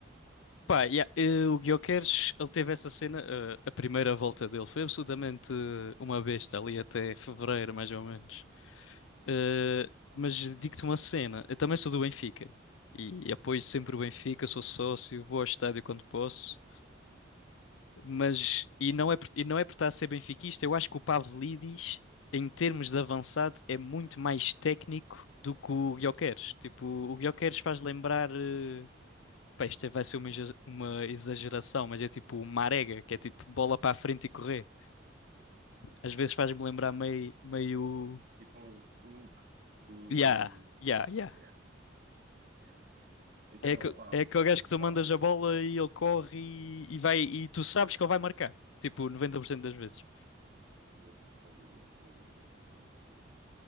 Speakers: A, on the left; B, on the right.
A: Pá, yeah, eh, o Gyökeres, ele teve essa cena, eh, a primeira volta dele foi absolutamente eh, uma besta ali até fevereiro, mais ou menos. Eh, mas digo-te uma cena, eu também sou do Benfica e apoio sempre o Benfica, sou sócio, vou ao estádio quando posso, mas e não é por, e não é por estar a ser benfiquista, eu acho que o Pavlidis, em termos de avançado, é muito mais técnico do que o Gyökeres. Tipo, o Gyökeres faz lembrar. eh, Pá, isto vai ser uma exa- uma exageração, mas é tipo marega, que é tipo bola para a frente e correr. Às vezes faz-me lembrar meio, meio,
B: Tipo um, um Hulk do,
A: yeah,
B: do...
A: yeah, yeah.
B: É, é. Então,
A: É, aque-
B: opá,
A: é
B: opá,
A: aquele gajo que tu
B: opá.
A: mandas a bola e ele corre e, e vai, e tu sabes que ele vai marcar, tipo 90% das vezes.
B: Yeah, sem dúvida, sem dúvida, sem dúvida, sem dúvida.